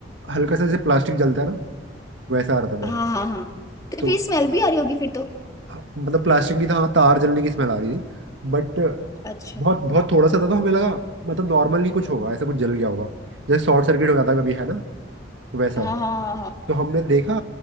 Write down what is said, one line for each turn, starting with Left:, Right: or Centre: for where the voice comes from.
Right: हल्का सा जैसे प्लास्टिक जलता है ना वैसा आ रहा था मैंने
Left: हाँ हाँ हाँ तो
Right: तो
Left: फिर स्मेल भी आ रही होगी फिर तो
Right: हाँ, मतलब प्लास्टिक नहीं था हाँ तार जलने की स्मेल आ रही थी बट
Left: अच्छा
Right: बहुत बहुत थोड़ा सा था तो हमें लगा मतलब नॉर्मली कुछ होगा ऐसा कुछ जल गया होगा जैसे शॉर्ट सर्किट हो जाता कभी है ना वैसा
Left: हाँ हाँ हाँ हाँ
Right: तो हमने देखा